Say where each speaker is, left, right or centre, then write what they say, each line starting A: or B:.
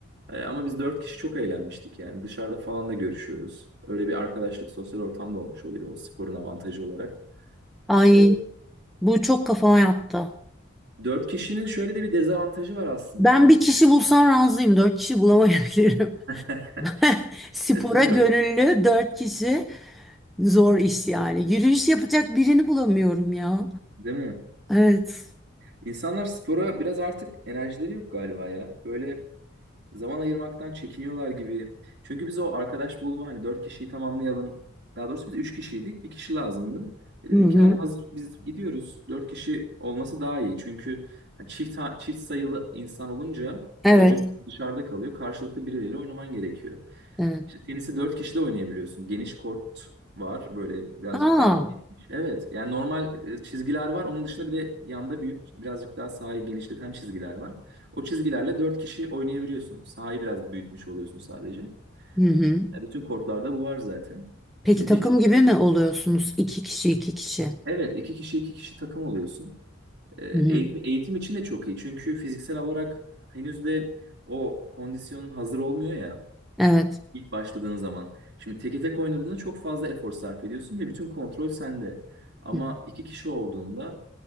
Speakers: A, on the right; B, in the centre.
A: E, ama biz dört kişi çok eğlenmiştik yani dışarıda falan da görüşüyoruz. Öyle bir arkadaşlık sosyal ortam da olmuş oluyor o sporun avantajı olarak.
B: Ay
A: E,
B: bu çok kafama yattı.
A: dört kişinin şöyle de bir dezavantajı var aslında.
B: Ben bir kişi bulsam razıyım. Dört kişi bulamayabilirim.
A: <laughs>
B: <laughs> Spora
A: E tabii,
B: gönüllü dört kişi zor iş yani. Yürüyüş yapacak birini bulamıyorum ya.
A: değil mi?
B: Evet.
A: İnsanlar spora biraz artık enerjileri yok galiba ya. Böyle zaman ayırmaktan çekiniyorlar gibi. Çünkü biz o arkadaş bulma hani dört kişiyi tamamlayalım. Daha doğrusu biz üç kişiydik. Bir kişi lazımdı. E dedik
B: Hı hı.
A: ki hani hazır biz gidiyoruz. Dört kişi olması daha iyi. Çünkü hani çift ha- çift sayılı insan olunca
B: Evet.
A: hoca dışarıda kalıyor. Karşılıklı birileriyle oynaman gerekiyor.
B: Evet.
A: İşte tenisi dört kişi de oynayabiliyorsun. Geniş kort var. Böyle birazcık
B: Aa.
A: daha geniş. Evet. Yani normal e, çizgiler var. Onun dışında bir de yanda büyük birazcık daha sahayı genişleten çizgiler var. O çizgilerle 4 kişi oynayabiliyorsun. Sahayı biraz büyütmüş oluyorsun sadece.
B: Hı hı.
A: E, bütün kortlarda bu var zaten.
B: Peki
A: E, biz
B: takım
A: bir kişi,
B: gibi mi oluyorsunuz? İki kişi, iki kişi.
A: evet iki kişi iki kişi takım oluyorsun. E, eğitim
B: Hı hı.
A: eğitim için de çok iyi. Çünkü fiziksel olarak henüz de o kondisyonun hazır olmuyor ya
B: Evet.
A: ilk başladığın zaman. Şimdi teke tek oynadığında çok fazla efor sarf ediyorsun ve bütün kontrol sende. Ama
B: Hı.
A: iki kişi olduğunda